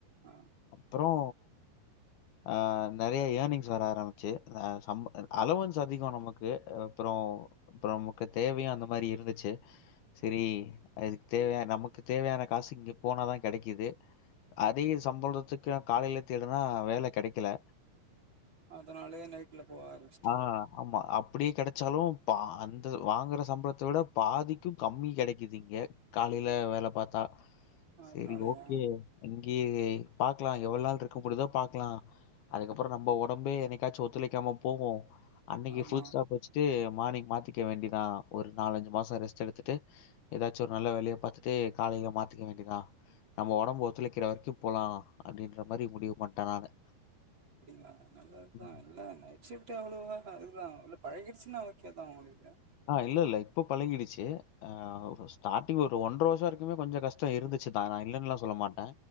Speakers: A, on the right (about 30°); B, on the left (about 75°).
A: அஹ்
B: அப்புறோ ஆஹ் நறைய ஏர்னிங்ஸ் வர ஆரம்பிச்சு ஹ சம் அலோவன்ஸ் அதிகோ நமக்கு அப்புறோ அப்புறோ நமக்கு தேவையு அந்த மாரி இருந்துச்சு சேரி அதுக்கு தேவையான நமக்கு தேவையான காசு இங்கே போனா தா கெடைக்கிது அதிக சம்பளத்துக்கு காலையில தேடுனா வேல கிடைக்கல
A: அதனாலயே நைட்ல போக ஆரம்பிச்சிட்டீங்க
B: ஆ, ஆமா அப்டியே கிடைச்சாலு பா அந்த வாங்குற சம்பள அதோட பாதிக்கு கம்மி கெடைக்குது இங்க காலையில வேல பாத்தா
A: அதனாலயா
B: சரி ஓகே அங்கேயே பாக்லா எவ்ளோ நாள் இருக்க முடிதோ பாக்லா அதுக்கப்புறோ நம்ம ஒடம்பே என்னைக்காச்சு ஒத்துழைக்காம போகு அன்னிக்கு
A: ஆமா
B: ஃபுல் ஸ்டாப் வச்சுட்டு மார்னிங் மாத்திக்க வேண்டிதா ஒரு நாலஞ்சு மாசோ ரெஸ்ட் எடுத்துட்டு எதாச்சு ஒரு நல்ல வேலயா பாத்துட்டு காலையில மாத்திக்க வேண்டியதா நம்ம ஒடம்பு ஒத்துலைக்கிற வரைக்கு போலா அப்டின்ற மாரி முடிவுபன்டே நானு
A: அப்டிங்கலாங்க நல்லது தா
B: ம்.
A: இல்ல நைட் ஷிஃப்ட் எவ்லோவா அதுதா இல்ல பழகிடுச்சுன்னா ஓ கே தா உங்ளுக்கு
B: ஆஹ் இல்ல இல்ல இப்போ பழகிடுச்சு ஆஹ் ஒரு ஸ்டாட் டிங் ஒரு ஒன்றர வருஷோவரைக்குமே கொஞ்சோ கஷ்டோ இருதுச்சு தா நா இல்லேனுலா சொல்ல மாட்டே